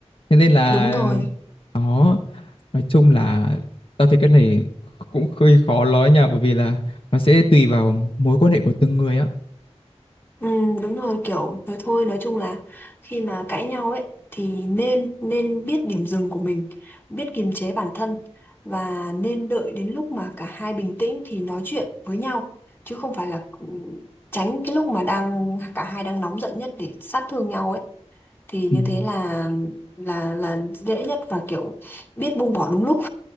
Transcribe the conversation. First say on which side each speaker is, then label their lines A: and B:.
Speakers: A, on the left; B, on the left.
A: Thế nên là
B: đúng rồi
A: đó, nói chung là tao thấy cái này cũng hơi khó nói nha bởi vì là nó sẽ tùy vào mối quan hệ của từng người á.
B: Ừ, đúng rồi kiểu nói thôi nói chung là khi mà cãi nhau ấy thì nên nên biết điểm dừng của mình biết kiềm chế bản thân và nên đợi đến lúc mà cả hai bình tĩnh thì nói chuyện với nhau chứ không phải là ừ, tránh cái lúc mà đang cả hai đang nóng giận nhất để sát thương nhau ấy thì như
A: Ừ.
B: thế là là là dễ nhất và kiểu biết buông bỏ đúng lúc